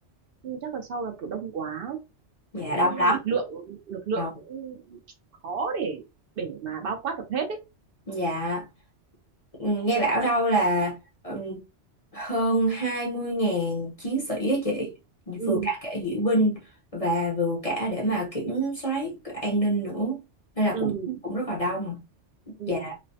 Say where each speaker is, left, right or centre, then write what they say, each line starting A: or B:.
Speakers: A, on the right; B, on the left.
A: nhưng chắc là sau là kiểu đông quá
B: dạ
A: cũng
B: đông lắm
A: lực lượng lực lượng
B: đông
A: cũng khó để để mà bao quát được hết ấy
B: dạ Ừ, nghe bảo đâu là ừ, hơn hai mươi ngàn chiến sĩ á chị
A: ừ
B: vừa cả cả diễu binh và vừa cả để mà kiểm soát an ninh nữa nên là
A: ừ
B: cũng cũng rất là đông
A: ừ
B: Dạ.